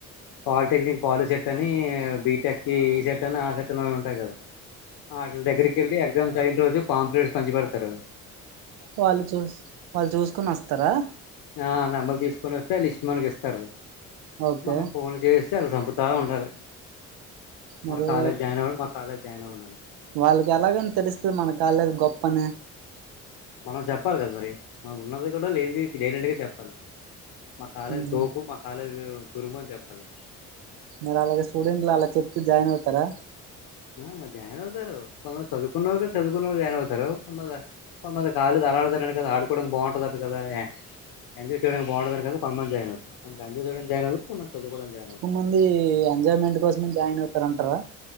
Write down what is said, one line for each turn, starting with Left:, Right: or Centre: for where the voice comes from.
Left: పాలిటెక్నిక్ కి పాలి సెట్ అని బీటెక్ కి ఈ సెట్ అని ఆ సెట్ అని ఉంటాయి కదా ఆ వాటిల దగ్గరికి వెళ్ళి ఎగ్జామ్స్ అయిన రోజు పాంప్లలేట్స్ పంచిపేడతారు
Right: వాళ్ళు చూస్ వాళ్ళు చూసుకుని వస్తారా
Left: ఆ నెంబర్ తీసుకొని వస్తే లిస్ట్ మనకి ఇస్తారు
Right: ఓకే
Left: మనం ఫోన్ చేసి ఇచ్చి వాల్లు సంపుత ఉండాలి
Right: మరి
Left: మా కాలేజ్ జాయిన్ అవ్వాలి మా కాలేజ్ జాయిన్ అవ్వాలని
Right: వాళ్ళకి ఎలాగని తెలుస్తుంది మన కాలేజు గొప్పని
Left: మనం చెప్పాలి కదా మరి మనం ఉన్నది కూడా లేని లేనట్టుగా చెప్పాలి మా కాలేజ్
Right: ఉహు.
Left: తోపు మా కాలేజ్ తురుము అని చెప్పాలి
Right: మరీ అలాగే స్టూడెంట్లు అలా చెప్తూ జాయిన్ అవుతారా
Left: ఆ మరి జాయిన్ అవుతారు కొంత చదువుకున్నళ్రకి చదువుకున్నళ్ళ జాయిన్ అవుతారు కొంత <unintelligible> కొ ాళీ అ ఆలాతనని కదా ఆడుకోవడానికి బాగుంటుందింట కదా ఎంజాయ్ చేయడానికి బా <unintelligible> గుంటదిని కొంద మంది జాన్ అవుతు రంజ జయిన్వు కొ మ చదు జయిన్వుతుంది
Right: కొంత మంది ఎంజాయ్మెంట్ కోసమే జాయిన్ అవుతారంటారా